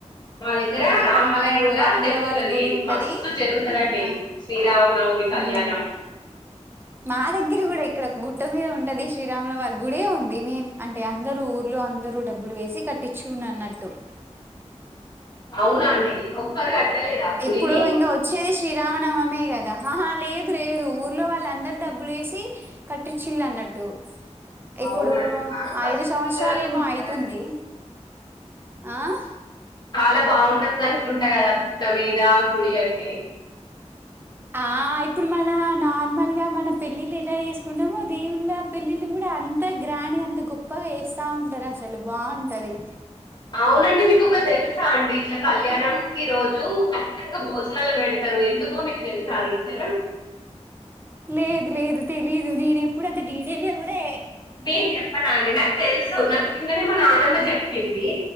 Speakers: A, on the left; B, on the right.
A: మా దగ్గరా
B: ఇక్కడ
A: రామాలయంల
B: మాకు రాముల
A: జరుగుతది
B: వారి గుడి ఉంటది
A: మస్తు జరుగుతుందిండి
B: ఆ ఆ
A: శ్రీరావ నవమీ కళ్యాణం
B: ఉమ్ మా దగ్గర గుడా ఇక్కడ గుట్ట మీద ఉంటది శ్రీరాముల వారి గుడే ఉంది మేం అంటె అందరూ ఊర్లో అందరూ డబ్బులు వేసి కట్టించుం అన్నట్టు
A: ఔనా అండి ఒక్కరు కట్టలేదా గుడిని
B: ఇప్పుడు ఇంగా వచ్చేది శ్రీరామనవమే గదా అహా లేదు లేదు ఊర్లో వాళ్ళ అందరూ డబ్బులు వేసి కట్టిచ్చిళ్ళన్నట్టు ఇప్పుడూ
A: అవునండి. చాలా మంచిగుంటదనుకుంటా
B: ఐదు సంవత్సరలేమో ఐతుందీ
A: కదండీ.
B: ఆహ్
A: కాల బాగుంటంది అనుకుంట గదా గుట్ట మీద గుడి అంటె
B: ఆ ఇప్పుడు మన నార్మల్ గా మన పెళ్ళిళ్ళ ఎలా చెస్కుంటమో దేవుళ్ళ పెళ్ళిళ్ళు గుడా అంత గ్రాండ్ గా అంత గొప్పగా చేస్తా ఉంటరు అసలు బాగుంటది
A: ఔనండి మీకు ఒక తెల్సా అండి ఇట్ల కళ్యాణం ఈ రోజ్ రోజు కట్నంగా భోజనాలు వెడ్తరు ఎందుకో మీకు తెల్సా ఆ రీజను
B: లేదు లేదు తెలీదు నేనెప్పుదు అంత డీటెయిల్ గా గుడా
A: నేను చెప్పనాండి నాకు తెల్సు నాక్ కిందనే మా నానమ్మ చెప్పిందీ